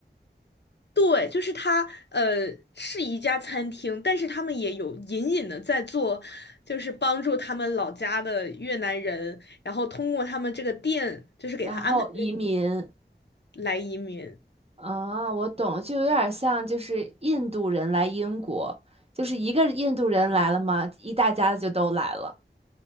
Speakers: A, on the left; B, on the right.
A: 对，就是他，呃，是一家餐厅，但是他们也有隐隐的在做，就是帮助他们老家的越南人，然后通过他们这个店，就是给他安排
B: 然后移民。
A: 来移民。
B: 啊，我懂，就有点像就是印度人来英国，就是一个印度人来了嘛，一大家子就都来了，